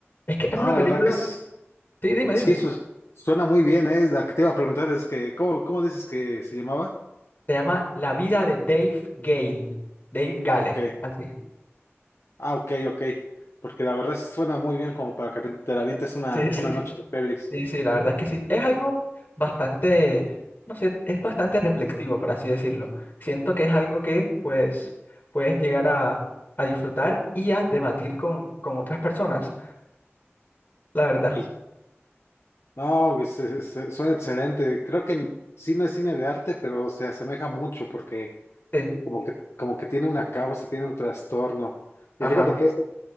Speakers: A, on the left; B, on the left.
A: Es que es
B: No,
A: una película,
B: la verdad que es-
A: sí, dime,
B: sí,
A: dime.
B: su- suena muy bien, ¿eh? La que te iba a preguntar es que, ¿cómo, cómo dices que se llamaba?
A: Se llama La vida de Dave Gale. Dave Gale,
B: Ah, ok,
A: así.
B: ah, ok, ok, porque la verdad sí suena muy bien como para que te la avientes una,
A: Sí, sí.
B: una noche de pelis.
A: Sí, sí, la verdad es que sí. Es algo bastante, no sé, es bastante reflexivo, por así decirlo. Siento que es algo que, pues, puedes llegar a, a disfrutar y a debatir con, con otras personas, la verdad.
B: Y No, pues, se- se- suena excelente. Creo que n- sí no es cine de arte, pero se asemeja mucho porque
A: Sí,
B: como que, como que tiene una causa, tiene un trastorno.
A: ajá.
B: Y fíjate que eso,